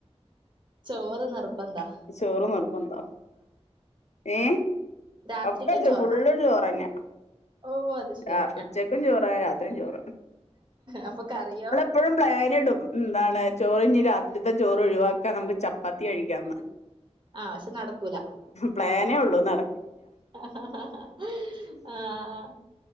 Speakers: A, on the right (about 45°); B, on the left (about 80°).
A: ചോറ് നിർബന്ധാ
B: ചോറ് നിർബന്ധം ഏ
A: രാത്രിക്കും
B: ഒക്കെ ചോ
A: ചോറാ
B: ഫുള്ള്ചോറ്ന്നെ
A: ഓ അത് ശരി
B: ആ ഉച്ചക്കും ചോറാ രാത്രിയും ചോറ്
A: അപ്പൊ കറിയോ?
B: എപ്പോഴും പ്ലാനിടും ന്താണ് ചോറിനി രാത്രിത്തെ ചോറ് ഒഴിവാക്കാ നമുക്ക് ചപ്പാത്തി കഴിക്കാന്ന്.
A: ആഹ് പക്ഷെ നടക്കൂല.
B: പ്ലാനേ ഒള്ളൂ നട
A: ആ ആഹ് ആഹാ